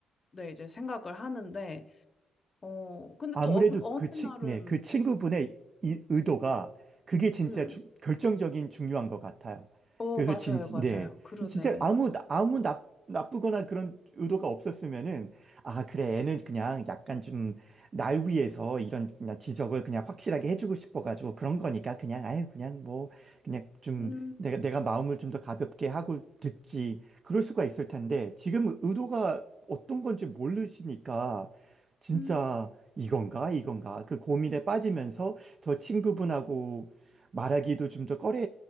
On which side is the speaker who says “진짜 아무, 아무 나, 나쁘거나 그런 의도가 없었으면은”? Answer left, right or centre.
Right